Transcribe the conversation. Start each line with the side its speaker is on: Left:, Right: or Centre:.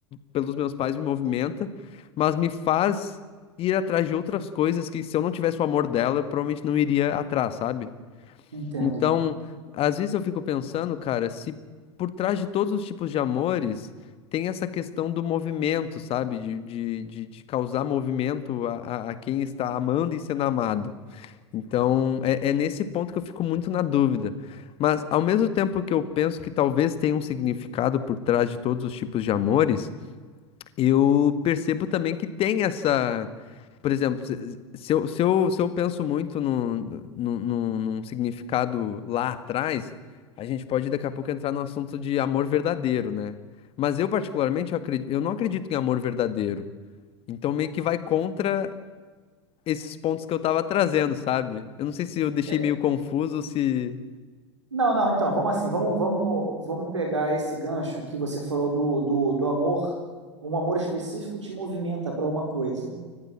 Left: pelos meus pais me movimenta, mas me faz ir atrás de outras coisas que se eu não tivesse o amor dela, eu provavelmente não iria atrás, sabe?
Right: Entendo.
Left: Então, às vezes eu fico pensando, cara, se por trás de todos os tipos de amores tem essa questão do movimento, sabe? De, de, de, de causar movimento a, a, a quem está amando e sendo amado. Então, é, é nesse ponto que eu fico muito na dúvida. Mas, ao mesmo tempo que eu penso que talvez tenha um significado por trás de todos os tipos de amores, eu percebo também que tem essa. Por exemplo, se, se eu, se eu, se eu penso muito no, no, no- num significado lá atrás, a gente pode daqui a pouco entrar no assunto de amor verdadeiro, né? Mas eu, particularmente, eu, acredi- eu não acredito em amor verdadeiro. Então, meio que vai contra esses pontos que eu tava trazendo, sabe? Eu não sei se eu deixei
Right: É,
Left: meio confuso, ou se.
Right: Não, não, então, vamos assim, vamos, vamos, vamos pegar esse gancho que você falou do, do, do amor, um amor específico te movimenta para uma coisa.